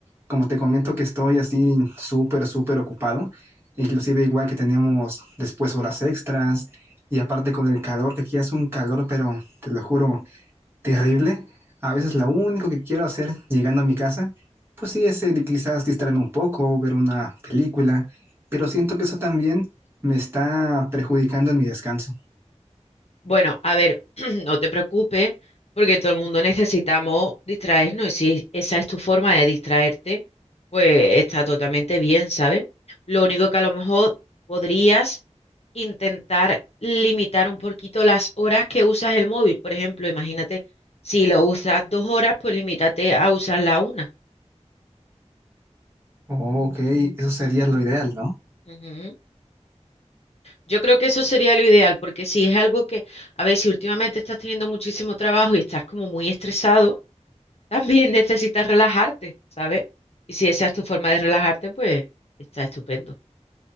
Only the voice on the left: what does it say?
Bueno, a ver, <clears throat> no te preocupes, porque todo el mundo necesitamos distraernos y si esa es tu forma de distraerte, pues está totalmente bien, ¿sabes? Lo único que a lo mejor podrías intentar limitar un poquito las horas que usas el móvil. Por ejemplo, imagínate, si lo usas dos horas, pues limítate a usar la una.
Ujú. Yo creo que eso sería lo ideal, porque si es algo que, a ver, si últimamente estás teniendo muchísimo trabajo y estás como muy estresado, También <laughs> necesitas relajarte, ¿sabes? Y si esa es tu forma de relajarte, pues está estupendo.